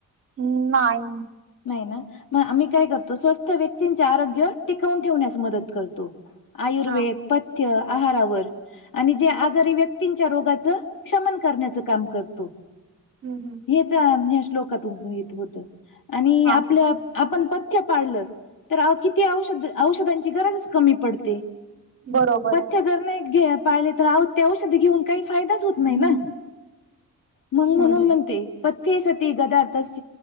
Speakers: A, on the right; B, on the left.
A: हम् नाही
B: नाही ना मग आम्ही काय करतो स्वस्त व्यक्तींचे आरोग्य टिकवून ठेवण्यास मदत करतो आयुर्वेद
A: हां
B: पथ्य आहारावर आणि जे आजारी व्यक्तींच्या रोगाच क्षमन करण्याच काम करतो
A: हम् हम्
B: ह श्लोकातून येत होत आणि
A: हां
B: आपल्या
A: हां
B: आपण पथ्य पाळलं तर किती औषध औषधांची गरजच कमी पडते
A: बरोबर
B: पथ्य
A: आहे
B: जर नाही घे पाळले तर आव ते औषध घेऊन काही फायदाच होत नाही
A: हं
B: ना मग म्हणून
A: हं
B: म्हणते पथ्ये सती गदाथस